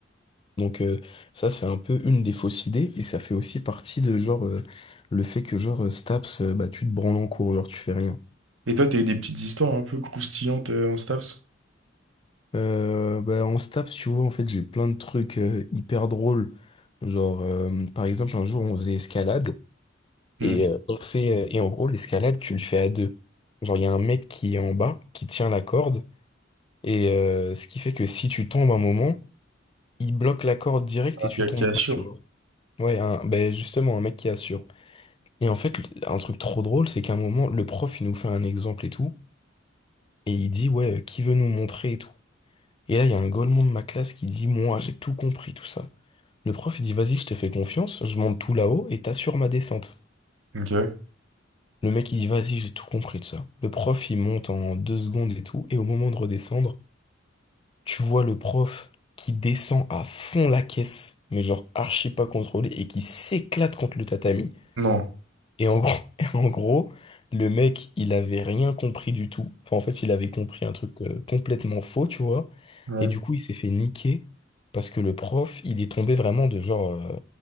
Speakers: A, on the left; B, on the right.
A: Donc, euh, ça, c'est un peu une des fausses idées, et ça fait aussi partie de, genre, euh, le fait que, genre, euh, STAPS, euh, bah, tu te branles en cours, genre, tu fais rien.
B: Et toi, t'as eu des petites histoires un peu croustillantes euh, en STAPS?
A: Euh, bah, on se tape, si tu vois, en fait, j'ai plein de trucs euh, hyper drôles. Genre, euh, par exemple, un jour, on faisait escalade
B: Mm.
A: et euh, on fait, euh, et en gros, l'escalade, tu le fais à deux. Genre, il y a un mec qui est en bas, qui tient la corde, et euh, ce qui fait que si tu tombes un moment, il bloque la corde direct et tu
B: Qui,
A: tombes
B: qui assurent.
A: pas, tu vois. Ouais, un- ben, justement, un mec qui assure. Et en fait, le- un truc trop drôle, c'est qu'à un moment, le prof, il nous fait un exemple et tout, et il dit, ouais, euh, qui veut nous montrer et tout. Et là, il y a un golemon de ma classe qui dit, moi, j'ai tout compris, tout ça. Le prof, il dit, vas-y, je te fais confiance, je monte tout là-haut et t'assures ma descente.
B: Ok.
A: Le mec, il dit, vas-y, j'ai tout compris, tout ça. Le prof, il monte en deux secondes et tout, et au moment de redescendre, tu vois le prof qui descend à fond la caisse, mais genre archi pas contrôlé, et qui s'éclate contre le tatami.
B: Non.
A: Et en gros, <laughs> et en gros, le mec, il avait rien compris du tout. Enfin, en fait, il avait compris un truc euh, complètement faux, tu vois.
B: Ouais.
A: Et du coup, il s'est fait niquer parce que le prof, il est tombé vraiment de genre euh,